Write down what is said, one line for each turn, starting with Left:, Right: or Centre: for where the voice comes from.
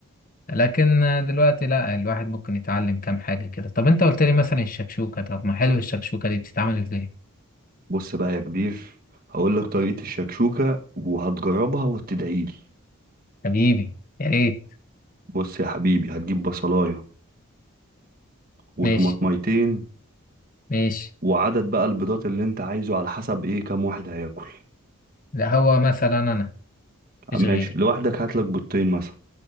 Left: لكن دلوقتي لا الواحد ممكن يتعلم كام حاجة كده طب انت قلت لي مثلا الشكشوكة طب ما حلو الشكشوكة دي بتتعمل ازاي
Right: بص بقى يا كبير هقول لك طريقة الشكشوكة وهتجربها وتدعيلي
Left: حبيبي يا ريت
Right: بص يا حبيبي هتجيب بصلاية وطماطميتين
Left: ماشي ماشي
Right: وعدد بقى البيضات اللي انت عايزه على حسب ايه كام واحد هياكل
Left: ده هو مثلا انا مفيش
Right: ماشي
Left: غيري
Right: لوحدك هاتلك بيضتين مثلا